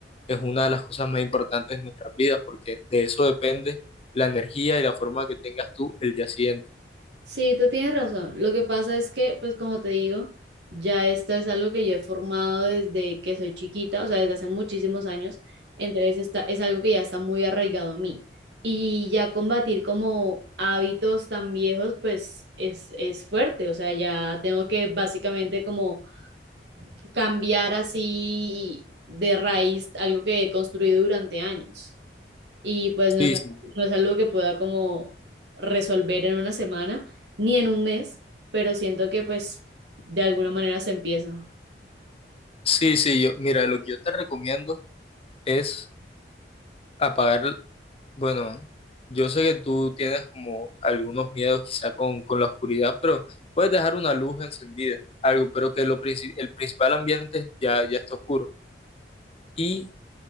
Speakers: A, on the left; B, on the right.
A: es una de las cosas más importantes en nuestras vidas, porque de eso depende la energía y la forma que tengas tú el día siguiente.
B: Sí, tú tienes razón. Lo que pasa es que, pues como te digo, ya esto es algo que yo he formado desde que soy chiquita, o sea, desde hace muchísimos años. Entonces está, es algo que ya está muy arraigado a mí. Y ya combatir como hábitos tan viejos, pues es, es fuerte. O sea, ya tengo que básicamente como cambiar así de raíz algo que he construido durante años y pues no
A: Sí,
B: es,
A: sí,
B: no es algo que pueda como resolver en una semana ni en un mes, pero siento que pues de alguna manera se empieza.
A: sí, sí, yo, mira, lo que yo te recomiendo es apagar Bueno, yo sé que tú tienes como algunos miedos quizá con, con la oscuridad, pero puedes dejar una luz encendida, algo, pero que lo princi- el principal ambiente ya, ya está oscuro. Y